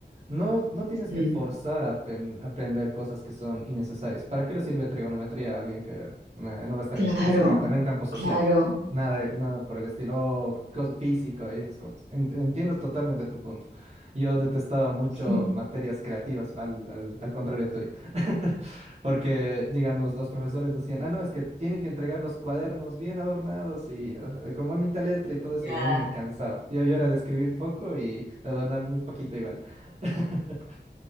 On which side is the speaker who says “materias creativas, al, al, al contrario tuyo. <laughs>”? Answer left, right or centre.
Right